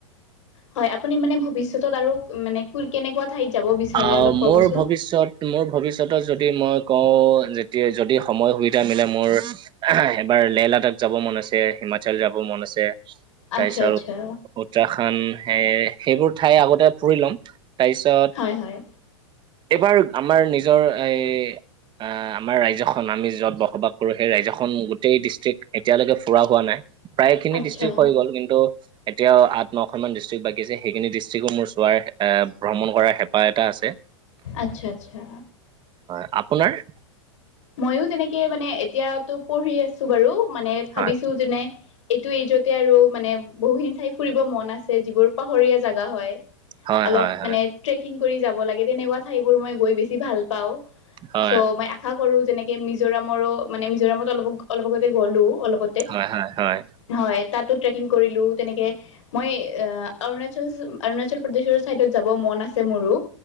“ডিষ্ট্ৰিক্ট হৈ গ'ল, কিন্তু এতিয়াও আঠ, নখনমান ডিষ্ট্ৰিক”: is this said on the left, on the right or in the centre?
Right